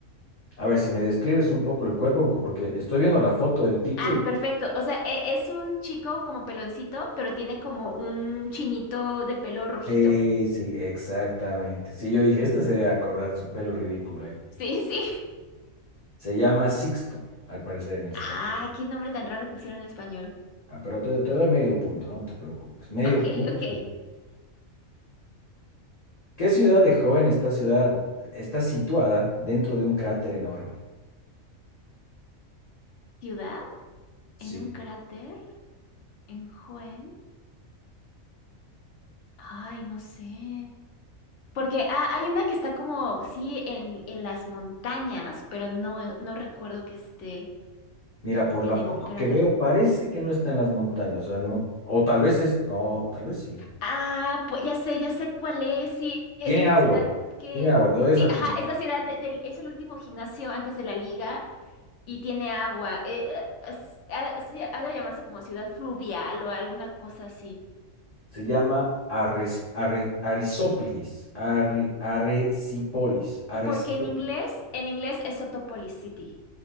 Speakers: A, on the left; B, on the left.
A: A ver, si me describes un poco el cuerpo, porque porque estoy viendo la foto del tipo
B: Ah,
A: y...
B: perfecto. O sea, e- es un chico como peloncito, pero tiene como un chinito de pelo rojito.
A: Sí, sí, exactamente. Sí, yo dije, este se debe acordar su pelo ridículo ahí.
B: <laughs> Sí, sí.
A: Se llama Sixto, al parecer en español.
B: Ah, qué nombre tan raro le pusieron en español.
A: Ah, pero te, te doy medio punto, no te preocupes. Medio
B: Ok,
A: punto.
B: ok.
A: ¿Qué ciudad de joven esta ciudad está situada dentro de un cráter enorme?
B: <laughs> ¿Ciudad?
A: Sí.
B: ¿En un cráter? En Joen, ay, no sé. Porque ah, hay una que está como, sí, en, en las montañas, pero no, no recuerdo que esté
A: Mira, por
B: en
A: la
B: el
A: foto
B: cráter.
A: que veo, parece que no está en las montañas, o sea, no, o tal vez es, no, tal vez sí.
B: Ah, pues ya sé, ya sé cuál es. Sí, e-
A: Tiene
B: es
A: agua,
B: la ciudad que.
A: tiene agua, te doy esa
B: Sí,
A: pista.
B: ajá, es la ciudad de- del. Es el último gimnasio antes de la liga y tiene agua. Eh, eh, es- ha sí, ha de llamarse como ciudad fluvial o alguna cosa así.
A: Se llama Arres, Arre- Arisópilis, Arre- Arecipolis, Arecipolis.
B: Porque en inglés, en inglés es Sotopolis City.